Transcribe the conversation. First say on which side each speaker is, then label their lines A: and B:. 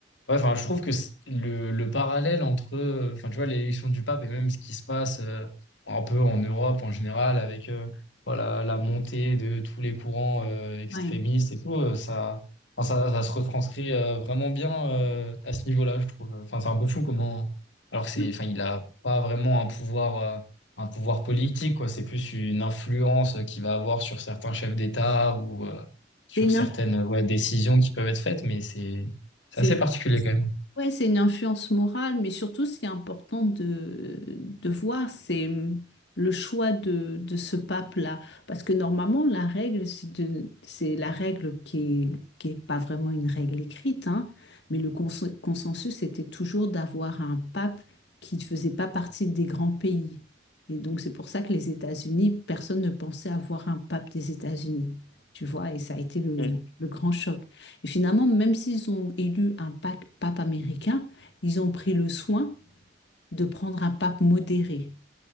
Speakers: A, on the left; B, on the left.
A: ouais, enfin, je trouve que c'est- le, le parallèle entre, euh, enfin, tu vois, l'élection du pape et même ce qui se passe euh, un peu en Europe en général, avec euh, voilà, la montée de tous les courants euh, extrémistes
B: Ouais.
A: et tout, euh, ça, enfin, ça, ça se retranscrit euh, vraiment bien euh, à ce niveau-là, je trouve. Enfin, c'est un peu fou comment. Alors que c'est,
B: Ouais.
A: enfin, il a pas vraiment un pouvoir, euh, un pouvoir politique, quoi. C'est plus une influence euh, qu'il va avoir sur certains chefs d'État ou. euh, sur
B: C'est une,
A: certaines
B: inf-
A: ouais, décisions qui peuvent être faites, mais c'est c'est
B: c'est
A: assez particulier quand même.
B: Ouais, c'est une influence morale, mais surtout ce qui est important de, de voir, c'est hum, le choix de, de ce pape-là. Parce que normalement, la règle, c'est de- c'est la règle qui est, qui est pas vraiment une règle écrite, hein, mais le cons- consensus, était toujours d'avoir un pape qui ne faisait pas partie des grands pays. Et donc, c'est pour ça que les États-Unis, personne ne pensait avoir un pape des États-Unis, tu vois, et ça a été le
A: Mm.
B: le grand choc. Et finalement, même s'ils ont élu un pa- pape américain, ils ont pris le soin de prendre un pape modéré.